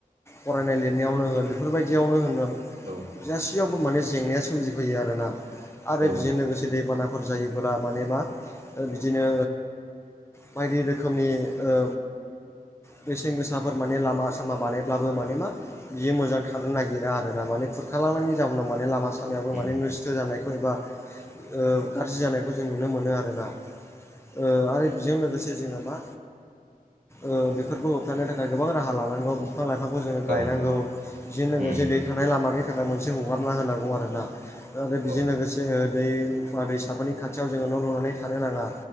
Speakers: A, on the left (about 15°); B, on the right (about 55°).
A: फरायनाय लिरनायावनो होनो बेफोरबायदियावनो होन
B: औ
A: गासियावबो माने जेंनाया सोमजिफैयो आरोना आरो
B: औ
A: बेजों लोगोसे दैबाना फोर जायोब्ला माने मा ओ बिदिनो बायदि रोखोमनि ओ बेसेन गोसाफोर माने लामा सामा बानायब्लाबो माने मा बियो मोजां थानो नागिरा आरो ना माने खुरखालांनायनि जाउनाव माने लामा सामायाबो
B: उम
A: माने नस्थ' जानायखौ एबा ओ गाज्रि जानायखौ जों नुनो मोनो आरोना ओ आरो बेजों लोगोसे जोंहा मा ओ बेफोरखौ होबथानो थाखाय गोबां राहा लानांगौ बिफां लाइफांखौ जोङो
B: औ
A: गायनांगौ बेजों
B: उम
A: लोगोसे दै थांनाय लामानि थाखाय मोनसे हगारना होनांगौ आरोना आरो बेजों
B: औ
A: लोगोसे जोङो दैमा दैसाफोरनि खाथियाव जोङो न' लुनानै थानो नाङा